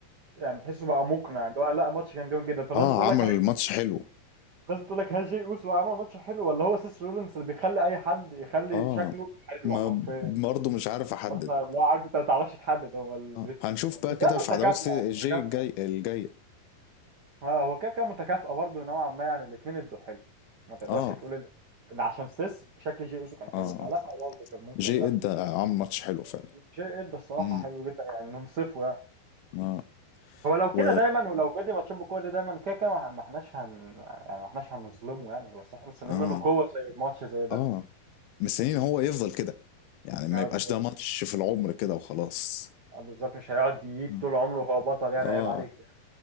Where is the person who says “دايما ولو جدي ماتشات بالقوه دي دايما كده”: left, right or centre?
Right